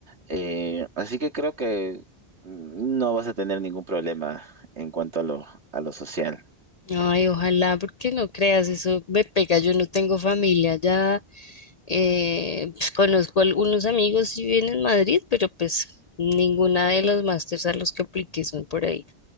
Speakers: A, on the right; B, on the left.
A: Eh, así que creo que no vas a tener ningún problema en cuanto a lo, a lo social.
B: Ay, ojalá, porque no creas, eso me pega, yo no tengo familia ya. Eh, pues, conozco algunos amigos y viven en Madrid, pero pues ninguna de los másters a los que apliqué son por ahí.